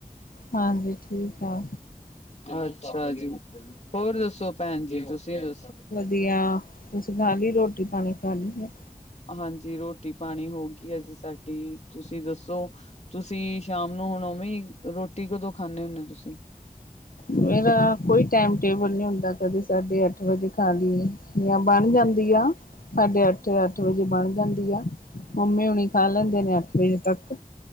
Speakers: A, on the left; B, on the left.
A: ਹਾਂਜੀ ਠੀਕ ਆ,
B: ਅੱਛਾ ਜੀ, ਹੋਰ ਦੱਸੋ ਭੈਣ ਜੀ ਤੁਸੀਂ ਦੱਸੋ?
A: ਵਧੀਆਂ, ਤੁਸੀਂ ਖਾ ਲਈ ਰੋਟੀ ਪਾਣੀ ਖਾ ਲਈ ਐ।
B: ਹਾਂਜੀ ਰੋਟੀ ਪਾਣੀ ਹੋ ਗਈ ਹੈ ਜੀ ਸਾਡੀ, ਤੁਸੀਂ ਦੱਸੋ? ਤੁਸੀਂ ਸ਼ਾਮ ਨੂੰ ਹੁਣ ਵੇਂ ਰੋਟੀ ਕਦੋਂ ਖਾਂਦੇ ਹੁੰਦੇ ਹੋ ਤੁਸੀਂ?
A: ਮੇਰਾ ਕੋਈ ਟਾਈਮ ਟੇਬਲ ਨਹੀਂ ਹੁੰਦਾ ਕਦੇ ਸਾਡੇ ਅੱਠ ਵਜੇ ਖਾਲੀ ਜਾਂ ਬਣ ਜਾਂਦੀ ਆ, ਸਾਡੇ ਅੱਠ ਅੱਠ ਵਜੇ ਬਣ ਜਾਂਦੀ ਆ। ਮੰਮੀ ਹੁਣੀ ਖਾ ਲੈਂਦੇ ਨੇ ਅੱਠ ਵਜੇ ਤੱਕ,